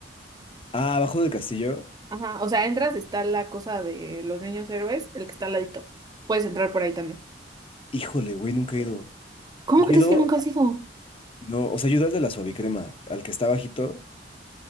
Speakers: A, on the left; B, on the right.
A: Ah, abajo del castillo.
B: Ajá, o sea, entras, está la cosa de los niños héroes, el que está al ladito. Puedes entrar por ahí también.
A: Híjole, güey, nunca he ido.
B: ¿Cómo
A: Yo
B: crees
A: he ido,
B: que nunca has ido?
A: no, o sea, yo he ido al de la suavicrema, al que está bajito.